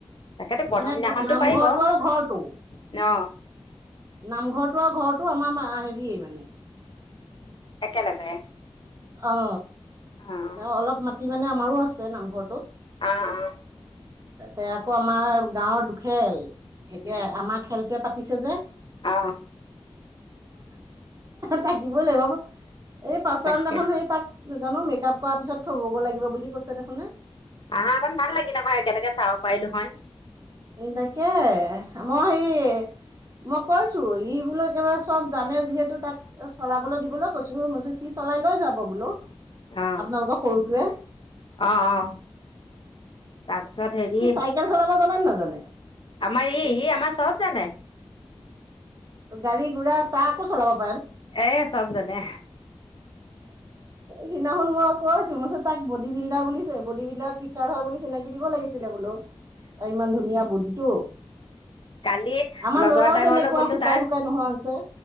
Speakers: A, on the left; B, on the right.
A: তাকেতো প্ৰথম
B: মানে
A: দিনাখনতো
B: নামঘৰটো
A: পাৰিব
B: আৰু ঘৰটো।
A: অ',
B: নামঘৰটো আৰু ঘৰটো আমাৰ হেৰিয়ে মানে।
A: একেলগে।
B: অ।
A: অ',
B: অলপ মাটি মানে আমাৰো আছে নামঘৰটোত।
A: অ অ।
B: তাতে আকৌ আমাৰ গাঁৱৰ দুখেল। এতিয়া
A: উম,
B: আমাৰ খেলটোৱে পাতিছে যে।
A: অ',
B: থাকিবই লাগিব। এই পাছৰ
A: তাকে
B: দিনাখন সেই তাক। নাজানো মেকআপ কৰাৰ পিছত থবগৈ লাগিব বুলি কৈছে দেখুনে।
A: আহা অকন ভাল লাগিল হয় একেলকে চাব পাৰিলো হয়।
B: তাকে মই সি। মই কৈছো ই বোলো একেবাৰে চব জানে যিহেতু তাক চলাবলৈ দিবলৈ কৈছো। মই সি চব চলাই লৈ যাব বোলো।
A: অ',
B: আপোনালোকৰ সৰুটোৱে।
A: অ অ তাৰপিছত হেৰি।
B: সি চাইকেল চলাব জানে নে নাজানে?
A: আমাৰ ই ই আমাৰ চব জানে।
B: গাড়ী গুৰা তাকো চলাব।
A: এ চব জানে।
B: সিনা খন মই কৈছো। মো চত তাক বডী বিল্ডাৰ বুলিছে। বডী বিল্ডাৰ টিচাৰ হয় বুলি চিনাকি দিব লাগিছিলে বোলো। অ ইমান ধুনীয়া বডিটো।
A: কালি
B: আমাৰ
A: লগৰ
B: ল'ৰাও
A: এটা
B: তেনেকুৱা
A: ঘৰলৈ গ'লো
B: শুকাই
A: তাৰ।
B: শুকাই নোহোৱা হৈছে।